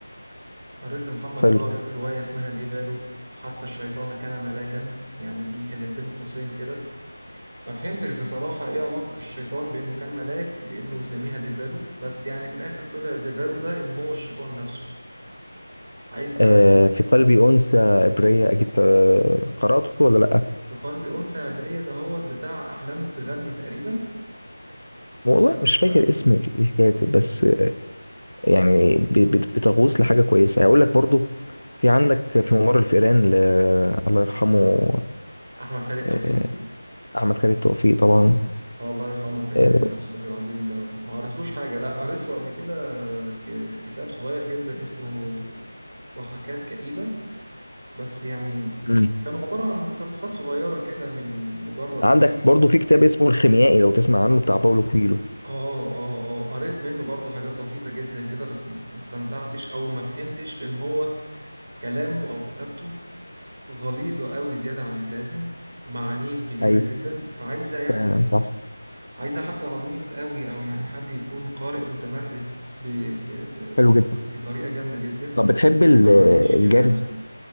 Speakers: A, on the right; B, on the left.
A: قريت لمحمد
B: حلو
A: طارق رواية اسمها ديفالو حتى الشيطان كان ملاكا يعني دي كانت بين قوسين كده ما فهمتش بصراحة ايه علاقة الشيطان بانه كان ملاك بانه يسميها ديفالو بس يعني في الاخر طلع ديفالو ده ان هو الشيطان نفسه عايز بقى
B: آه،
A: يعني
B: في قلبي أنثى عبرية أكيد آه، قرأته ولا لأ؟
A: في قلبي أنثى عبرية ده هو بتاع أحلام استغني تقريبا
B: والله
A: بس
B: مش فاكر
A: لا
B: اسم الكاتب بس يعني ب- بت- بتغوص لحاجة كويسة هقول لك برضو في عندك في ممر الفئران ل... الله يرحمه
A: أحمد خالد
B: آه،
A: توفيق
B: أحمد خالد توفيق طبعا
A: اه الله يرحمه كاتبنا
B: آه،
A: الاستاذ العظيم ده ما قريتلوش حاجه لا قريت له قبل كده ك- كتاب صغير جدا اسمه ضحكات كئيبه بس يعني
B: مم.
A: كانوا عباره عن مقتطفات صغيره كده من مجرد
B: عندك
A: ايه
B: برضو في كتاب اسمه الخيميائي لو تسمع عنه بتاع باولو كويلو
A: اه اه اه قريت منه برضه حاجات بسيطه جدا كده بس ما استمتعتش او ما فهمتش لان هو كلامه او كتابته غليظه قوي زياده عن اللازم ومعانيه كبيره
B: أيوة
A: جدا فعايزه يعني
B: فعلا صح
A: عايزة حد عميق قوي أو يعني حد يكون قارئ متمرس ب... ب... ب...
B: حلو جدا
A: بطريقة جامدة جدا
B: طب بتحب ال-
A: فما عنديش
B: الجري
A: كده أنا